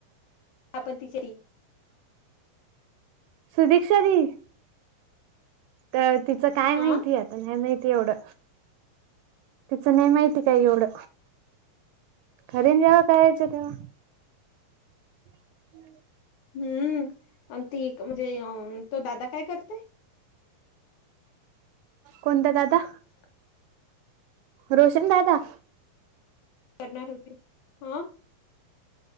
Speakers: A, on the left (about 65°); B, on the right (about 80°).
A: आपण तिचरी.
B: सुधिकक्षा दि. तर तिचं काय
A: हा
B: माहिती आता नाही माहिती. एवढं तिचं ने माहिती काय एवढं. कररीन जेव करायच तेव्हा. हम्.
A: हम्म ती म्हणजे तो दादा काय करत.
B: कोणता दादा.
A: <inaudible>
B: रोशन दादा.
A: करणार होती हा.